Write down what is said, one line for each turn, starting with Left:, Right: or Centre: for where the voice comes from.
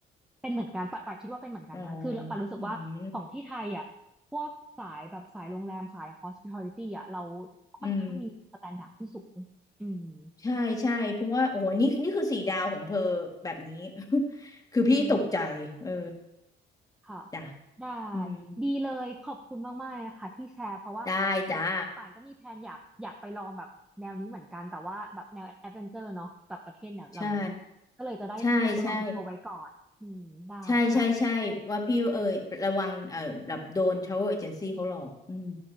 Centre: เป็นเหมือนกันปัดปัดคิดว่าเป็นเหมือนกันนะ
Left: อ๋อ
Centre: คือปัดรู้สึกว่าของที่ไทยอ่ะ
Left: อืม
Centre: พวกสายแบบสายโรงแรมสาย hospitality อ่ะ เราค่อนข้างมีสแตนดาร์ดที่สูง
Left: อืม
Centre: อืม
Left: ใช่ใช่เพราะว่าโอ้โหนี่นี่คือสี่ดาวของเธอแบบนี้ <laughs> คือพี่ตกใจเออ
Centre: อืม ค่ะ
Left: จ้ะ
Centre: ได้
Left: อืม
Centre: ดีเลยขอบคุณมากๆเลยนะคะที่แชร์เพราะว่าเผื่อป่านก็มีแพลนอยากอยากไปลองแบบแนวนี้เหมือนกันแต่ว่าแบบแนวแอดเวนเจอร์เนาะแบบประเทศแนวเหล่านี้
Left: ได้จ้า ใช่
Centre: ก็เลยจะได้ระวังตัวไว้ก่อนอืมได้ค่ะ
Left: ใช่ ใช่ ใช่ ใช่ใช่ว่าพี่เอ่ยระวังเอ่อแบบโดน travel agency เขาหลอกอืม